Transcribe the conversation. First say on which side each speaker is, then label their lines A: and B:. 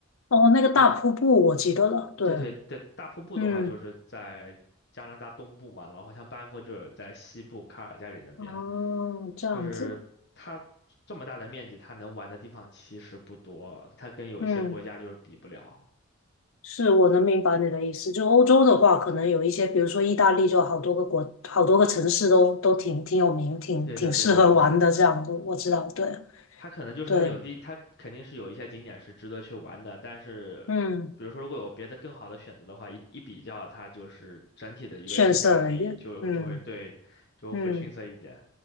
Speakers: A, on the left; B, on the left.
A: 哦，那个大瀑布我记得了，
B: 就是
A: 对，
B: 对对对，大瀑布的话就是在加拿大东部嘛，
A: 嗯
B: 然后像班夫就是在西部卡尔加里那边，
A: 哦，这样子，
B: 就是它这么大的面积，它能玩的地方其实不多，它跟有一些国家就是比不了。
A: 嗯是我能明白你的意思。就欧洲的话，可能有一些，比如说意大利，就好多个国，好多个城市都都挺挺有名，挺挺适合玩的。
B: 对的，对的，
A: 这样，我我知道，对
B: 它可能就是它有的，
A: 对，
B: 它肯定是有一些景点是值得去玩的，但是，
A: 嗯
B: 比如说如果有别的更好的选择的话，一一比较，它就是整体的一个性价比就就会对，
A: 逊色了一点。嗯
B: 就会逊色一点。
A: 嗯。